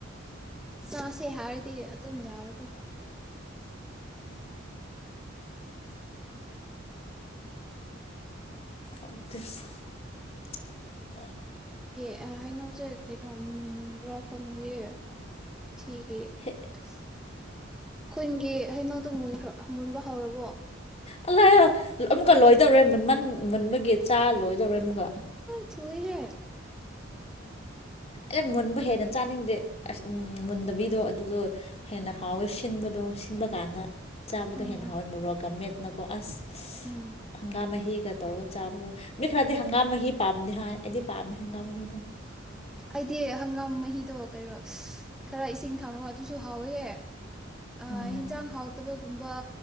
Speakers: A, in the centre; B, on the left.
A: ꯆꯥꯁꯦ ꯍꯥꯏꯔꯗꯤ ꯑꯗꯨꯝ ꯌꯥꯎꯋꯀꯣ꯫
B: ꯑꯗꯤ <inaudible>
A: ꯑꯦ ꯍꯩꯅꯧꯁꯦ ꯀꯩꯅꯣ ꯃꯨꯟꯕ꯭ꯔꯥ ꯈꯪꯗꯦꯌꯦ ꯁꯤ꯫ ꯌꯦ ꯑꯩꯣꯏꯟꯒꯤ
B: ꯍꯦ
A: ꯍꯩꯅꯧꯗꯣꯈ꯭ꯔ ꯃꯣꯏꯟꯕ ꯍꯧꯔꯕꯣ
B: ꯑꯂ ꯑꯃꯨꯛꯀ ꯂꯣꯏꯗꯧꯔꯦ ꯃꯃꯥꯟꯕꯒꯦ ꯆꯥ ꯂꯣꯏꯗꯧꯔꯦ ꯕ
A: ꯊꯨꯏ ꯍꯥꯏꯦ
B: ꯑꯦ ꯃꯨꯟꯕ ꯍꯦꯟꯅ ꯆꯥꯅꯤꯡꯗꯦ ꯑꯁ ꯎ ꯃꯨꯟꯗꯕꯤꯗꯣ ꯑꯗꯨꯗꯣ ꯍꯦꯟꯅ ꯍꯥꯎꯋꯦ ꯁꯤꯟꯕꯗꯣ ꯁꯤꯟꯕ ꯀꯥꯟꯅ ꯆꯥꯕꯗꯣ
A: ꯎꯝ
B: ꯍꯦꯟꯅ ꯍꯥꯎꯋꯦ ꯃꯣꯔꯣꯛꯀ ꯃꯦꯠ ꯅꯀꯣ ꯑꯁ
A: ꯎꯝ
B: ꯍꯪꯒꯥꯝ ꯍꯒ ꯇꯧ ꯆꯕꯣ ꯃꯤ ꯈꯔꯗꯤ ꯍꯪꯒꯥꯝꯍꯤ ꯄꯝꯗ ꯍꯥꯏ ꯍꯥꯏꯗꯤ ꯄꯝ ꯃꯒꯥ ꯃꯏꯗ
A: ꯑꯩꯗꯤ ꯍꯪꯒꯥꯝ ꯃꯍꯤꯗꯣ ꯀꯩꯅꯔꯣ ꯈꯔ ꯏꯁꯤꯡ ꯊꯥꯎꯔꯛ ꯑꯗꯨꯁꯨ ꯍꯥꯎꯋꯦꯍꯦ ꯑ
B: ꯎꯝ
A: ꯍꯤꯟꯖꯥꯡ ꯍꯥꯎ ꯇꯕꯣ ꯀꯨꯝꯕ